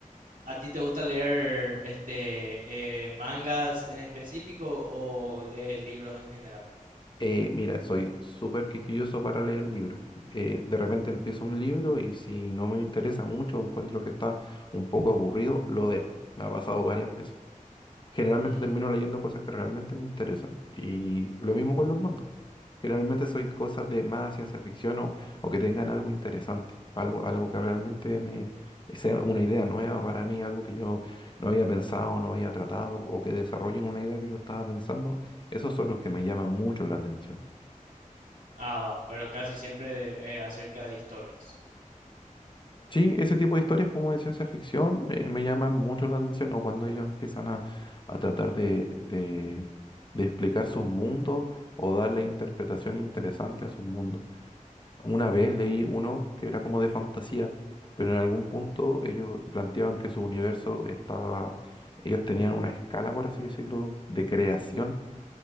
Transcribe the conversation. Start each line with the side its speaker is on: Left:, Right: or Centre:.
Right: ¿A ti te gusta leer este eh, mangas en específico o lees libros en general?
Left: Eh, mira, soy súper quisquilloso para leer libros. Eh, de repente empiezo un libro y si no me interesa mucho, encuentro que está un poco aburrido, lo dejo. Me ha pasado varias veces. Generalmente
Right: Mm,
Left: termino leyendo cosas que realmente me interesan. Y lo mismo con los mangas. Generalmente soy cosas de más ciencia ficción o, o que tengan algo interesante, algo, algo que realmente me sea una idea nueva para mí, algo que yo no había pensado, no había tratado, o que desarrollen una idea que yo estaba pensando. Esos son los que me llaman mucho la atención.
Right: ah, va, pero casi siempre de- eh, acerca de historias.
Left: Sí, ese tipo de historias como de ciencia ficción eh, me llaman mucho la atención, o cuando ellos empiezan a, a tratar de, de- de explicar sus mundos o darle interpretación interesante a sus mundos. Una vez leí uno que era como de fantasía, pero en algún punto ellos planteaban que su universo estaba, ellos tenían una escala, por así decirlo, de creación